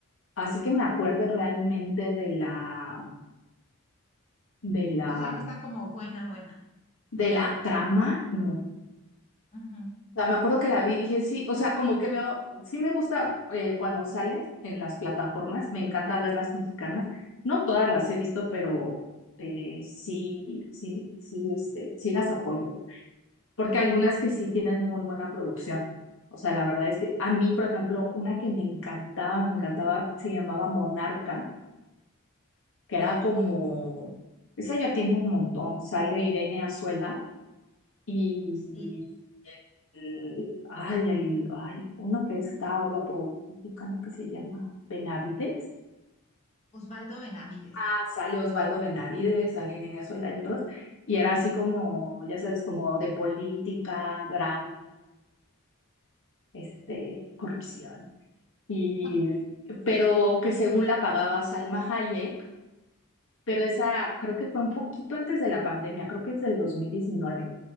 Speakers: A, on the left (about 60°); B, on the left (about 30°).
A: Así que me acuerde realmente de la, de la,
B: O sea, no está como buena, buena,
A: de la trama, no,
B: ujú,
A: sea, me acuerdo que la vi y dije, sí, o sea, como que veo, sí me gusta eh, cuando sale en las plataformas, me encanta ver las mexicanas. No todas las he visto, pero eh, sí, sí, sí, este, sí las apoyo, porque algunas que sí tienen muy buena producción. O sea, la verdad es que a mí, por ejemplo, una que me encantaba, me encantaba, se llamaba Monarca, que era como, esa ya tiene un montón, sale Irene Azuela. y
B: Sí,
A: el- ay, el, ay, uno que está guapo mexicano que se llama Benavides.
B: Osvaldo Benavides,
A: Ah, sale Osvaldo Benavides, sale Irene Azuela y otros. Y era así como, ya sabes, como de política, drama, este, corrupción. Y,
B: <laughs>
A: pero que según la pagaba Salma Hayek, pero esa creo que fue un poquito antes de la pandemia, creo que es del dos mil diecinueve